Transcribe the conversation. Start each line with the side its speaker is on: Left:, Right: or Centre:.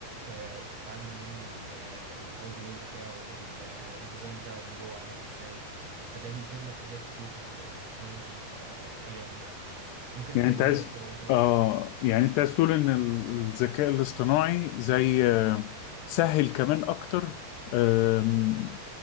Right: آه، بتتعلم منه ال- الهاردوير بتاعه ال- الديزاين بتاعه من جوه عامل ازاي فده بيفيدنا في حاجات كتير في ال- في التكنولوجي آه، الايام دي يعني ممكن
Left: يعني
Right: تكلمني
Left: انت عايز
Right: اكتر انت برضه
Left: اه يعني انت عايز تقول ان ال- الذكاء الاصطناعي زي آه، سهل كمان اكتر آم،